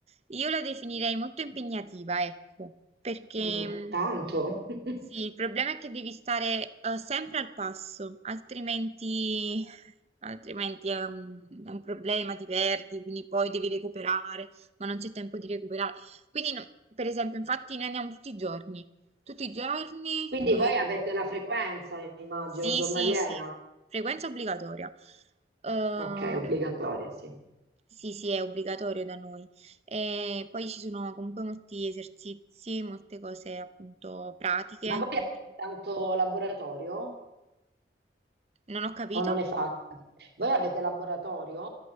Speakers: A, on the right; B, on the right.
A: io la definirei molto impegnativa, ecco, perché
B: Mm,
A: Mm. mh,
B: tanto. <laughs>
A: sì, il problema è che devi stare eh, sempre al passo, altrimenti, <laughs> altrimenti è un, è un problema, ti perdi, quindi poi devi recuperare, ma non c'è tempo di recuperare. Quindi, no- per esempio, infatti noi andiamo tutti i giorni, tutti i giorni.
B: Quindi
A: eh,
B: voi avete la frequenza, immagino,
A: sì,
B: giornaliera.
A: sì, sì, frequenza obbligatoria. Eh,
B: Ok, obbligatoria, sì.
A: sì, sì, è obbligatorio da noi. E poi ci sono comunque molti esercizi, molte cose appunto pratiche.
B: Ma voi avete
A: quindi
B: tanto laboratorio?
A: Non ho capito.
B: O non ne fate? Voi avete laboratorio